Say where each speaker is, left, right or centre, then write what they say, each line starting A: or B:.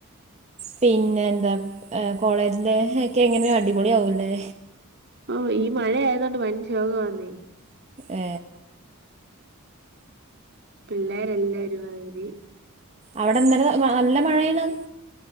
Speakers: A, on the right; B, on the right.
A: പിന്നെ ന്താ ആ കോളേജി ഒക്കെ എങ്ങനെ അടിപൊളി ആവുല്ലേ
B: ആ ഈ മഴയതൊണ്ട് വന വാ <unintelligible> ന്നേ
A: ഏ
B: പിള്ളേരെ എല്ലരുമാതിരി
A: അവിടെന്ന നല്ല മഴയണത്